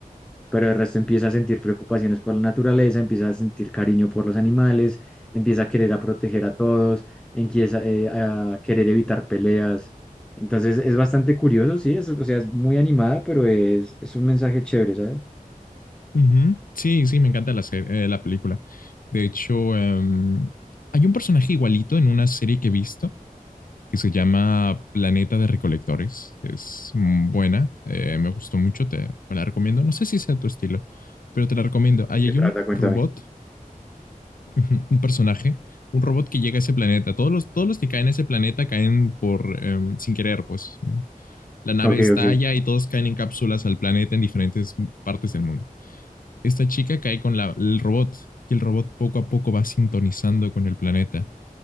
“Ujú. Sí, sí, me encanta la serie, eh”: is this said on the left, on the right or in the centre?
Left